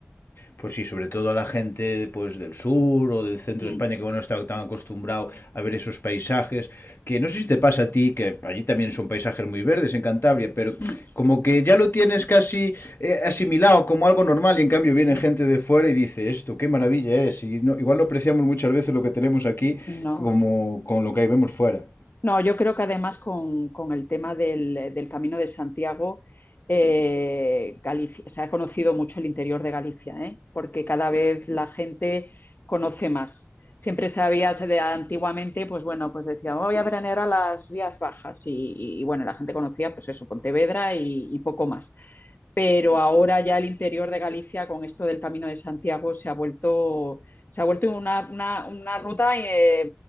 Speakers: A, on the left (about 70°); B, on the left (about 55°).
A: Pues sí, sobre todo a la gente pues, del sur o del centro
B: Mm,
A: de España que bueno, no está tan acostumbrado a ver esos paisajes, que no sé si te pasa a ti, que allí también son paisajes muy verdes en Cantabria, pero
B: mm.
A: como que ya lo tienes casi eh, asimilado como algo normal y en cambio
B: Sí.
A: viene gente de fuera y dice esto, qué maravilla es, y no, igual no apreciamos muchas veces lo que tenemos aquí
B: No.
A: como con lo que vemos fuera.
B: No, yo creo que además con, con el tema del, del Camino de Santiago, eh, Galicia, se ha conocido mucho el interior de Galicia, ¿eh? porque cada vez la gente conoce más. Siempre sabías de antiguamente, pues bueno, pues decía, voy a veranear a las vías bajas y, y, bueno, la gente conocía pues eso, Pontevedra y, y poco más pero ahora ya el interior de Galicia con esto del Camino de Santiago se ha vuelto, se ha vuelto una, una, una ruta eh,